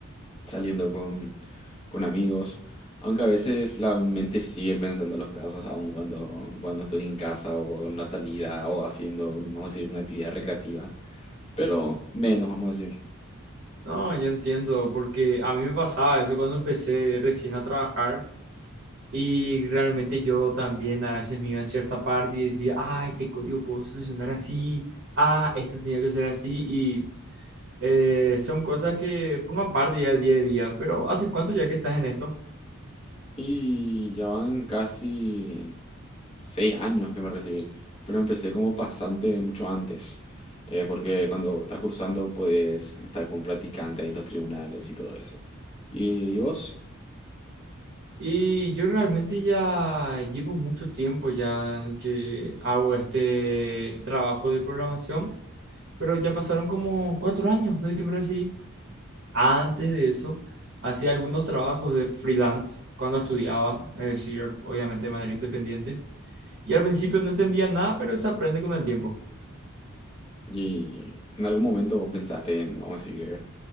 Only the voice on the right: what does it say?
No, yo entiendo, porque a mí me pasaba eso cuando empecé recién a trabajar. Y realmente yo también a veces me iba a cierta parte y decía, ah, este código puedo solucionar así, ah, esto tenía que ser así. Y eh, son cosas que forman parte ya del día a día. Pero ¿hace cuánto ya que estás en esto?
Y yo realmente ya llevo mucho tiempo ya que hago este trabajo de programación, pero ya pasaron como cuatro años desde que me recibí. Antes de eso, hacía algunos trabajos de freelance cuando estudiaba, es decir, obviamente de manera independiente. Y al principio no entendía nada, pero se aprende con el tiempo.